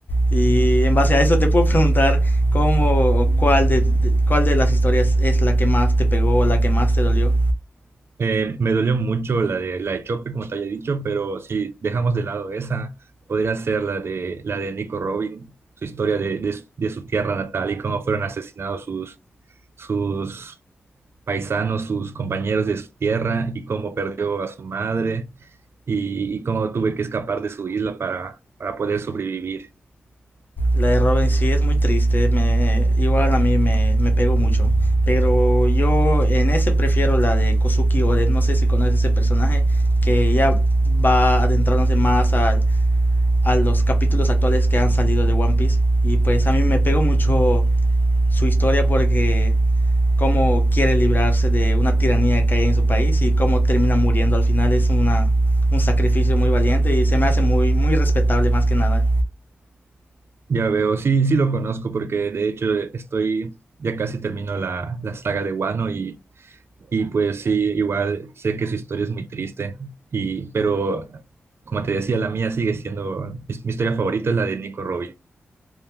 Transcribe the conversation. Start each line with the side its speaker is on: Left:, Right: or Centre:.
Left: Y en base a eso te puedo preguntar cómo o cuál de, de- cuál de las historias es la que más te pegó, o la que más te dolió.
Right: Eh, me dolió mucho la de la de Chope, como te había dicho, pero si dejamos de lado esa, podría ser la de la de Nico Robin, su historia de, de su de su tierra natal y cómo fueron asesinados sus, sus paisanos, sus compañeros de su tierra y cómo perdió a su madre y, y cómo tuve que escapar de su isla para, para poder sobrevivir.
Left: La de Robin sí es muy triste, me, igual a mí me, me pegó mucho. Pero yo en ese prefiero la de Kozuki Oren, no sé si conoces ese personaje que ya va adentrándose más al, a los capítulos actuales que han salido de One Piece. Y pues a mí me pegó mucho su historia porque cómo quiere librarse de una tiranía que hay en su país y cómo termina muriendo al final es una, un sacrificio muy valiente y se me hace muy, muy respetable más que nada.
Right: Ya veo, sí, sí lo conozco porque de hecho estoy, ya casi termino la, la saga de Wano y... Y pues sí, igual sé que su historia es muy triste, y, pero como te decía, la mía sigue siendo, mi, mi historia favorita es la de Nico Robin.